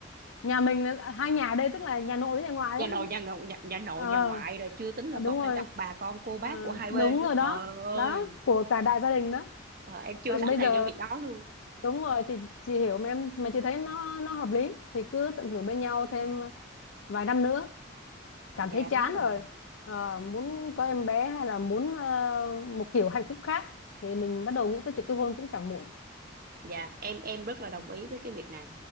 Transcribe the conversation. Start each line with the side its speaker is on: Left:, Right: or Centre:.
Left: nhà mình là- hai nhà ở đây tức là nhà nội với nhà ngoại
Right: nhà
Left: á
Right: nội
Left: <laughs>
Right: nhà ngọc nhà, nhà nội
Left: ờ
Right: nhà ngoại rồi chưa tính
Left: Ờ,
Right: là
Left: đúng
Right: còn
Left: rồi
Right: phải gặp bà con cô
Left: Ờ,
Right: bác của hai
Left: đúng
Right: bên nữa
Left: rồi
Right: trời
Left: đó
Right: ơi
Left: đó của cả đại gia đình đó
Right: Trời, em chưa
Left: còn
Right: sẵn
Left: bây
Right: sàng
Left: giờ
Right: cho việc đó luôn
Left: đúng rồi chị chị hiểu mà em mà chị thấy nó nó hợp lý thì cứ tận hưởng bên nhau thêm vài năm nữa cảm
Right: dạ
Left: thấy chán
Right: đúng rồi
Left: rồi ờ, muốn có em bé hay là muốn ờ, một kiểu hạnh phúc khác thì mình bắt đầu nghĩ tới chuyện kết hôn cũng chẳng muộn
Right: dạ em em rất là đồng ý với cái việc này